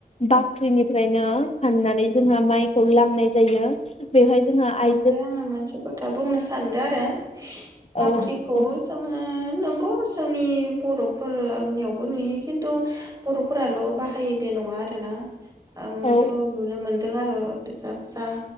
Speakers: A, on the left; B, on the right.
A: बाख्रिनिफ्रायनो हाननानै जोंहा माइखौ लामनाय जायो बेवहाय जोंहा आइ
B: ओमफ्राय आङो मोनसे खोथा बुंनो सानदों आरो
A: औ
B: बाख्रिखौ
A: औ
B: जोङो नंगौ जोंनि बर'फोरनियावबो नुयो खिन्थु बरफोराल बाहायो बे नङा आरोना, आंथ'
A: औ
B: नुनो मोनदों आरो फिसा- फिसा